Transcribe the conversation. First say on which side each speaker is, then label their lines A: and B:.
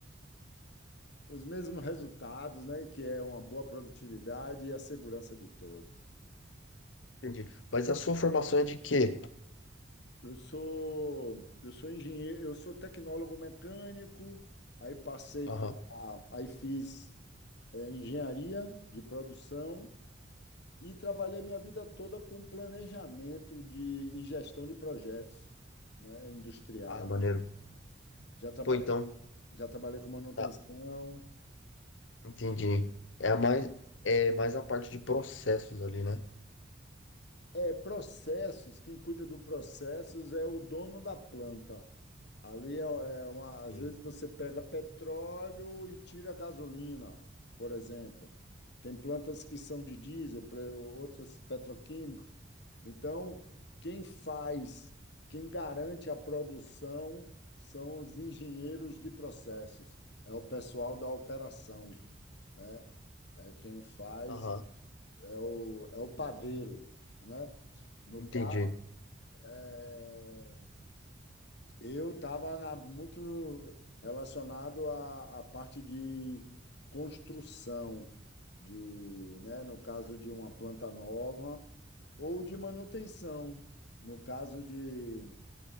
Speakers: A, on the left; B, on the left.
A: os mesmos resultados, né? Que é uma boa produtividade e a segurança de todos.
B: Entendi. Mas a sua formação é de quê?
A: Eu sou, eu sou engenheiro, eu sou tecnólogo mecânico, aí passei
B: Aham.
A: para, aí fiz eh, engenharia de produção e trabalhei minha vida toda com planejamento de, e gestão de projetos, né, industriais.
B: Ah, maneiro.
A: Já trabalhei,
B: Pô, então,
A: já trabalhei com manutenção,
B: tá, entendi. É a mais, é mais a parte de processos ali, né?
A: É, processos, quem cuida do processos é o dono da planta. Ali é é uma, às
B: Sim.
A: vezes você pega petróleo e tira gasolina, por exemplo. Tem plantas que são de diesel, pre- outras petroquímicos. Então, quem faz, quem garante a produção são os engenheiros de processos. É o pessoal da operação, né? É quem faz,
B: Aham.
A: é o, é o padeiro, né? No
B: Entendi,
A: caso é, eu estava muito relacionado à, à parte de construção, de, né, no caso de uma planta nova, ou de manutenção, no caso de